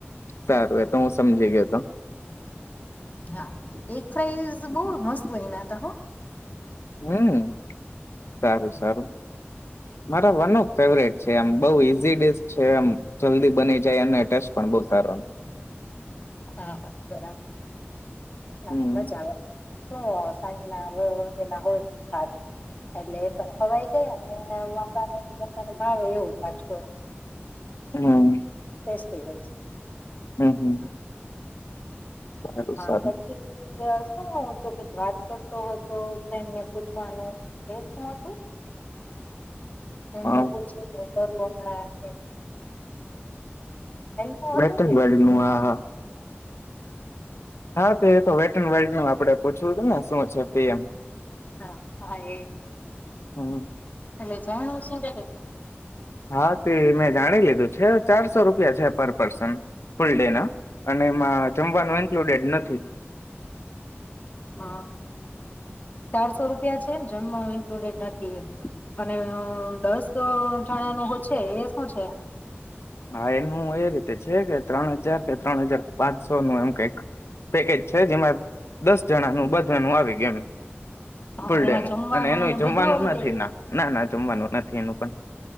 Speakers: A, on the left; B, on the left.
A: સારું એ તો હું સમજી ગયો હતો
B: હા એગ ફ્રાઈ બહ મસ્ત બનાતા હો
A: હમ સારું સારું મારા વન ઓફ ફેવરેટ છે એમ બઉુ ઈઝી ડિક છે એમ જલ્દી બની જાય અને ટેસ્ટ પણ બઉ સારો
B: હા હા બરાબર ના
A: હમ
B: મજા આવે હ સાંજના વ તેના હોય રાત એટલે એ પણ ખવાય જાય અને <unintelligible> મતાને ભાવે એવું પાછું
A: હમ
B: ટેસ્ટી હોય છે
A: હમ હમ સારું
B: હા
A: સારું
B: પછી શું હતું કઈક વાત કરતો હતો ફન્ડને પૂછવાનું એ શું હતું એમને
A: હા
B: પૂછ્યું કરું હમણાં એ નું
A: વેટ
B: હતું
A: ન
B: ને
A: વન નું આ હા હા તે તો વેટન વર્લ્ડ ન આપડે પૂછવું હતું ને શું છે પી એમ
B: હા હા
A: હમ
B: એટલે જાણું શું
A: હા તે મેં જાણી લીધું છે ચારસો રૂપિયા છે પર પર્સન ફૂલ ડે ના અને માં જમવાનું ઇન્ક્લુડેડ નથી
B: હ ચારસો રૂપિયા છે એમ જમવા ઇન્કલુડેડ નથી અને દસ જણાનું છે એ શું છે
A: હા એનું એ રીતે છે કે ત્રણ હજાર કે ત્રણ હજાર પાંચસો નું એમ કઈક પેકેજ છે જેમાં દસ જણાનુંું બધાનું આવી ગયું એમ
B: હા
A: ફૂલ ડે
B: એમાં
A: નું
B: જમવાનું
A: અને એનું
B: ને
A: જમવાનું
B: બધું આવી
A: નથી
B: જાય
A: ના ના ના જમવાનું નથી એનું પણ